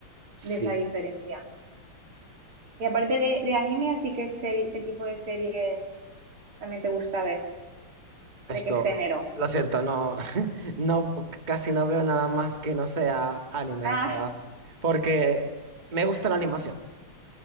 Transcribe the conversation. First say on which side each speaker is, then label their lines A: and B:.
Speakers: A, on the right; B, on the right.
A: Sí,
B: de esa diferencia. Y aparte de, de anime, así que seri- ¿qué tipo de series también te gusta ver?
A: esto,
B: ¿De qué género?
A: lo siento, no, <laughs> no, c- casi no veo nada más que no sea anime,
B: Ah,
A: o sea, porque me gusta la animación.